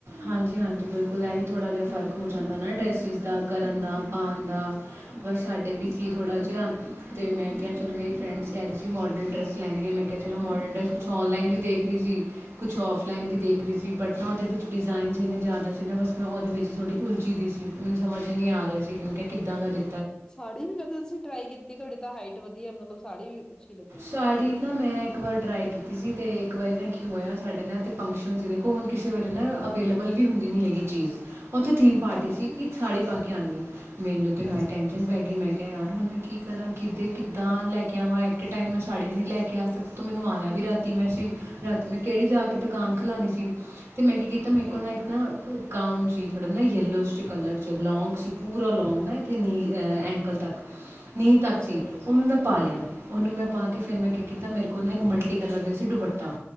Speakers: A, on the right; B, on the left.
A: ਹਾਂਜੀ ਹਾਂਜੀ ਬਿਲਕੁਲ ਇਹੀ ਥੋੜ੍ਹਾ
B: ਹਮ।
A: ਜਿਹਾ ਫਰਕ ਹੋ ਜਾਂਦਾ ਨਾ ਡਰੈਸਿਸ ਦਾ ਕਰਨ ਦਾ, ਪਾਣ ਦਾ ਬਸ ਸਾਡੇ ਵੀ ਸੀ ਥੋੜ੍ਹਾ ਜਿਹਾ ਤੇ ਮੈਂ ਕਿਹਾ ਚਲੋ ਮੇਰੀ ਫਰੈਂਡਸ ਕਹਿ ਰਹੀ ਸੀ ਮੋਡਰਨ ਡਰੈੱਸ ਲੈਣੀ ਆ ਮੈਂ ਕਿਹਾ ਚਲੋ ਮੋਡਰਨ ਡਰੈੱਸ ਕੁਛ ਔਨਲਾਈਨ ਵੀ ਦੇਖ ਰਹੀ ਸੀ। ਕੁਛ ਔਫਲਾਈਨ
B: ਹੂੰ-ਹੂੰ।
A: ਵੀ ਦੇਖ ਰਹੀ ਸੀ ਪਟਨਾ ਉਹਦੇ ਵਿੱ ਡਿਜ਼ਾਇਨਸ ਇੰਨੇ ਜ਼ਿਆਦਾ ਸੀ ਨਾ ਬਸ ਮੈਂ ਉਹਦੇ ਵਿੱਚ ਥੋੜ੍ਹੀ ਉਲਝੀ ਦੀ ਸੀ ਤੇ ਮੈਨੂੰ ਸਮਝ ਨਹੀਂ ਆ ਰਿਹਾ ਸੀ ਕਿ ਮੈਂ ਕਿਹਾ ਕਿੱਦਾਂ ਦਾ ਲਿ
B: ਸਾੜੀ ਨੀ ਕਦੇੋਂ ਤੁਸੀਂ ਟਰਾਈ ਕੀ ਤੀ। ਕਿ ਤੁਹਾਡੀੇ ਤਾਂ ਹਾਈਟ ਵਧੀਆ ਮਤਲਬ ਸਾੜੀ ਅੱਛੀ ਲੱਗੂਗੀ।
A: ਸਾੜੀ ਨਾ ਮੈਂ ਇੱਕ ਵਾਰ ਟਰਾਈ ਕੀਤੀ ਸੀ ਤੇ ਇੱਕ ਵਾਰੀ ਨਾ ਕੀ ਹੋਇਆ ਸਾਡੇ ਨਾ ਫੰਕਸ਼ਨ ਸੀ। ਦੇਖੋ ਹੁਣ ਕਿਸੇ ਵੇਲੇ ਨਾ ਅਵੇਲੇਬਲ ਵੀ ਹੁੰਦੀ ਨੀ ਹੈਗੀ ਚੀਜ਼। ਉੱਥੇ ਥੀਮ ਪਾਰਟੀ
B: ਹਾਂਜੀ
A: ਸੀ ਕਿ ਸੜੀ ਪਾ ਕੇ ਆਾਨੀ। ਮੈਨੂੰ ਤਾਂ ਹਾਏ
B: ਅੱਛਾ
A: ਟੈਂਨਸ਼ਨ
B: ਜੀ।
A: ਪੈ ਗਈ ਮੈਂ ਕਿਹਾ ਯਾਰ ਹੁਣ ਮੈਂ ਕੀ ਕਰਾਂ ਕਿੱਦੇ ਕਿੱਦਾਂ ਲੈ ਕੇ ਆਵਾਂ ਐ। ਏਟ ਏ ਟਾਈਮ ਮੈਂ ਸਾੜੀ ਵੀ ਨਹੀਂ ਲੈ ਕੇ ਆ ਸਕ ਤੇ ਮੈਨੂੰ ਆਇਆ ਵੀ ਰਾਤੀ ਮੈਂ ਰਾਤੀ ਮੈਸੇਜ, ਰਾਤ ਮੈਂ ਕਿਹੜੀ ਜਾ
B: ਠੀਕ
A: ਕੇ ਦੁਕਾਨ
B: ਹੈ
A: ਖਿਲਾਨੀ ਸੀ। ਅਤੇ ਮੈਂ ਕੀ ਕੀਤਾ ਮੇਰੇ
B: ਸਹੀ
A: ਕੋਲ ਇੱਕ ਨਾ ਬ ਕਾਊਂਨ ਸੀ ਥੋੜ੍ਹਾ ਨਾ ਯੈਲੋ 'ਚ ਕਰ 'ਚ, ਲੋਂਂਗ ਸੀ ਪੂਰਾ ਲਾਂਗ ਨਾ ਇਥ ਨੀ ਐਂਕਲ ਤੱਕ ਨੀਂਹ ਤੱਕ
B: ਅੱਛਾ
A: ਸੀ
B: ਜੀ
A: ਉਹਨੂੰ ਮੈਂ ਪਾ ਲਿਆ। ਉਹਨੂੰ ਮੈਂ ਪਾ
B: ਹੂੰ
A: ਕੇ ਫਿਰ ਮੈਂ ਕੀ ਕੀਤਾ ਮੇਰੇ ਕੋਲ ਓਹ ਨਾ ਇੱਕ ਮਲਟੀ ਕਲਰ ਦੀ ਸੀ ਦੁਪੱਟਾ